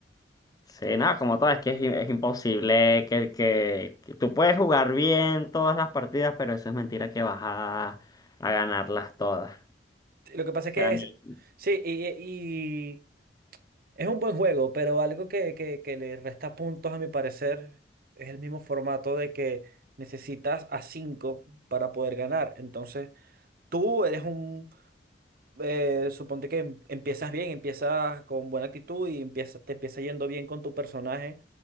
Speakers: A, on the left (about 20°); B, on the right (about 55°).
A: Sí, nada, como todo, es que es, im- es imposible que, que, que tú puedes jugar bien todas las partidas, pero eso es mentira que vas a, a ganarlas todas.
B: Sí, Lo que pasa es
A: O
B: que
A: sea,
B: es.
A: ni-
B: Sí, y, y Es un buen juego, pero algo que, que, que le resta puntos a mi parecer es el mismo formato de que necesitas a 5 para poder ganar. Entonces, tú eres un, eh, suponte que em- empiezas bien, empiezas con buena actitud y empieza, te empieza yendo bien con tu personaje,